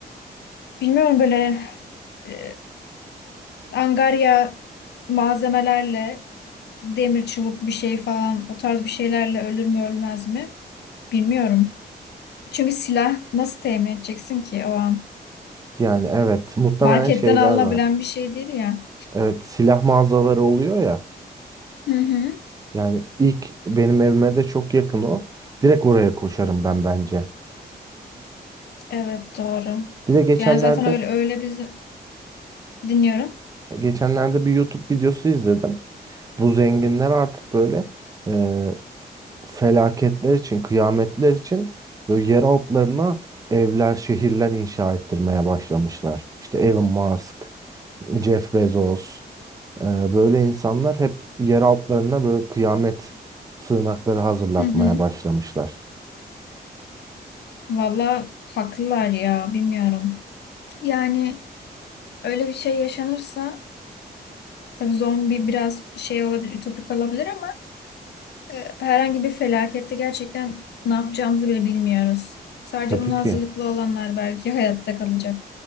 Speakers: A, on the left (about 80°); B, on the right (about 20°).
A: Bilmiyorum böyle e, angarya malzemelerle demir çubuk bir şey falan o tarz bir şeylerle ölür mü ölmez mi bilmiyorum. Çünkü silah nasıl temin edeceksin ki o an?
B: Yani evet muhtemelen
A: Marketten
B: şeyler
A: alınabilen
B: var.
A: bir şey değil ya.
B: Evet silah mağazaları oluyor ya.
A: Hı hı.
B: Yani ilk benim evime de çok yakın o. Direkt oraya koşarım ben bence.
A: Evet doğru.
B: Bir de geçenlerde
A: Yani zaten öyle öyle biz dinliyorum.
B: geçenlerde bir YouTube videosu izledim. Bu zenginler artık böyle e, felaketler için, kıyametler için böyle yer altlarına evler, şehirler inşa ettirmeye başlamışlar. İşte Elon Musk, Jeff Bezos, e, böyle insanlar hep yer altlarına böyle kıyamet sığınakları hazırlatmaya
A: Hı hı.
B: başlamışlar.
A: Valla haklılar ya bilmiyorum. Yani öyle bir şey yaşanırsa Tabii zombi biraz şey olabilir, ütopik olabilir ama e, herhangi bir felakette gerçekten ne yapacağımızı bile bilmiyoruz. Sadece
B: Tabii
A: buna
B: ki.
A: hazırlıklı olanlar belki <laughs> hayatta kalacak.